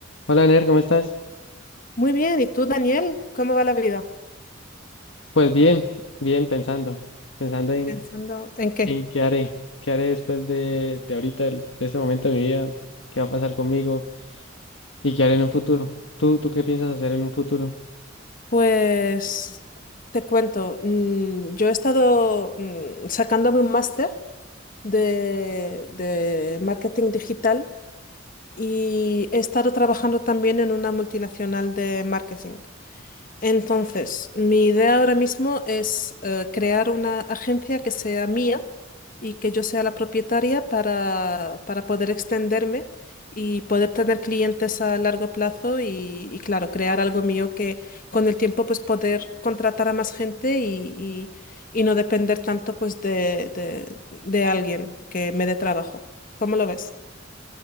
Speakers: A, on the left; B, on the left.
A: Hola, Ner, ¿cómo estás?
B: Muy bien, ¿y tú, Daniel? ¿Cómo va la vida?
A: Pues bien, bien, pensando, pensando en,
B: Pensando en qué.
A: en qué haré, qué haré después de, de ahorita, el- de este momento de mi vida, qué va a pasar conmigo y qué haré en un futuro. ¿Tú, tú qué piensas hacer en un futuro?
B: Pues te cuento, mm, yo he estado mm, sacándome un máster de, de marketing digital y he estado trabajando también en una multinacional de marketing. Entonces, mi idea ahora mismo es eh, crear una agencia que sea mía y que yo sea la propietaria para, para poder extenderme y poder tener clientes a largo plazo y, y, claro, crear algo mío que con el tiempo pues poder contratar a más gente y, y- y no depender tanto pues de, de, de alguien que me dé trabajo. ¿Cómo lo ves?